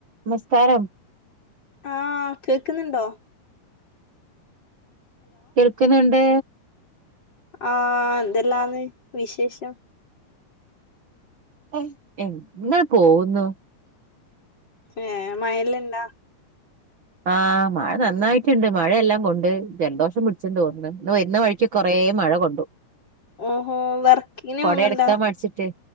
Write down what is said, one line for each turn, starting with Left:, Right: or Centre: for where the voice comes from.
Right: നമസ്കാരം
Left: ആഹാ കേക്ക്ന്ന്ണ്ടോ?
Right: കേൾക്കുന്ന്ണ്ട്
Left: ആഹാ എന്തെല്ലാന്ന് വിശേഷം
Right: <unintelligible> എന്ന് പോവുന്നു
Left: ഏ മയേല്ലണ്ടാ
Right: ആ മഴ നന്നായിട്ട്ണ്ട് മഴയെല്ലാം കൊണ്ട് ജലദോഷം പിടിച്ച്ണ്ടോന്ന്ണ് ഇന്ന് വരുന്ന വഴിക്ക് കൊറേ മഴ കൊണ്ടു
Left: ഓഹോ വർക്കിന്
Right: കൊട
Left: പോന്നുണ്ടാ
Right: എടുക്കാൻ മടിച്ചിട്ടെ